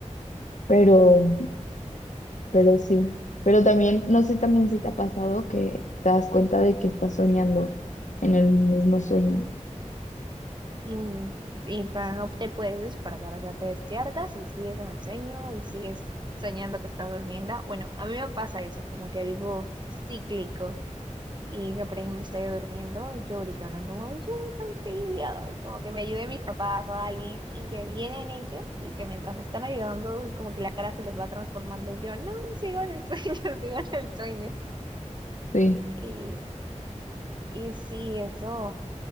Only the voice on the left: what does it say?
Pero, pero sí, pero también, no sé también si te ha pasado que te das cuenta de que estás soñando en el mismo sueño.
Sí.